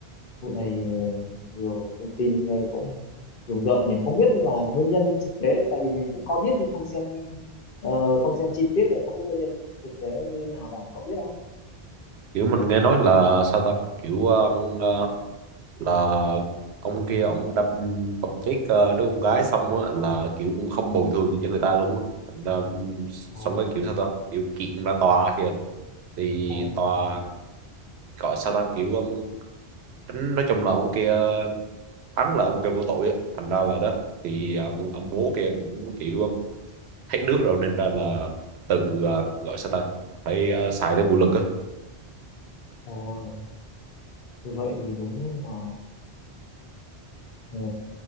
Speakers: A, on the left (about 60°); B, on the right (about 75°).
A: vụ này ờ, nhiều thông tin nghe cũng rùng rợn nhỉ, không biết là nguyên nhân thực tế, tại vì mình cũng có biết nhưng không xem ờ, không xem chi tiết này, không biết nguyên nhân thực tế như thế nào, bạn có biết không?
B: Kiểu mình nghe nói là sao ta? Kiểu ờ, ờ, là ông kia ông đâm tông chết ờ, đứa con gái xong á là kiểu cũng không bồi thường cho người ta luôn á. Thành ra,
A: Ồ,
B: Xong cái kiểu sao ta? Kiểu kiện ra tòa kìa thì
A: ồ,
B: tòa gọi sao ta kiểu um, tính nói chung là ông kia thắng là ông kia vô tội á thành ra là đó thì um, ông bố kia cũng kiểu um, hết nước rồi nên ra là tự uh, gọi sao ta phải uh, xài đến vũ lực á
A: ồ, như vậy thì đúng là ờ,